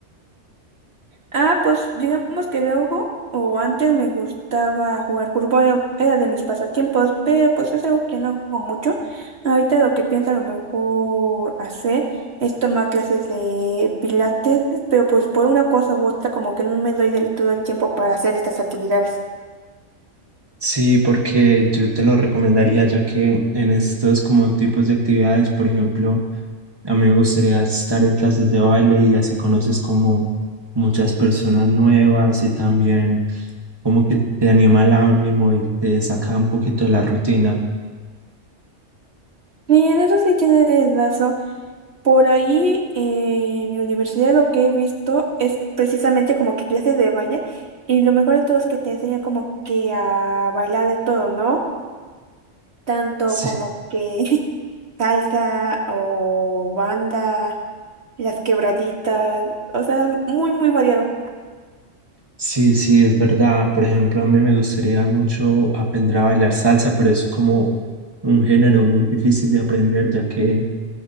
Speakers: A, on the right (about 60°); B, on the right (about 20°).
A: Ah, pues digamos que luego o antes me gustaba jugar fútbol, era de mis pasatiempos, pero pues es algo que no hago mucho. Ahorita lo que pienso a lo mejor hacer es tomar clases de pilates, pero pues por una cosa u otra como que no me doy del todo el tiempo para hacer estas actividades.
B: Sí, porque yo te lo recomendaría ya que en estos como tipos de actividades, por ejemplo, A mí me gustaría estar en clases de baile y así conoces como muchas personas nuevas y también como que te anima el ánimo y te saca un poquito de la rutina.
A: Y en eso sí tienes razón. Por ahí eh, mi universidad lo que he visto es precisamente como que clases de baile y lo mejor de todo es que te enseñan como que a bailar de todo, ¿no? tanto
B: Sí,
A: como que <laughs> salsa o banda, las quebraditas, o sea, muy, muy variado.
B: sí, sí, es verdad. Por ejemplo, a mí me gustaría mucho aprender a bailar salsa, pero es como un género muy difícil de aprender ya que